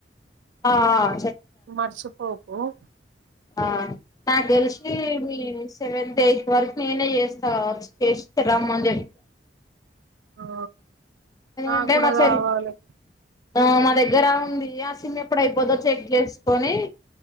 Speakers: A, on the left; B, on the right.
A: ఆ. చె.
B: మర్షిపోకు! ఓ!
A: ఆ! నాకు తెలిసి సెవెంతత్ ఎయిత్ వరకు నేనే చేస్తా చేస్త రమ్ అని చెప్పి
B: ఆ నాకు
A: అంటి
B: కూడా
A: మాచరి
B: కావాలి
A: ఆ మా దగ్గర ఆ సిమ్ ఎప్పుడు అయిపోదో చెక్ చేసి కొనీ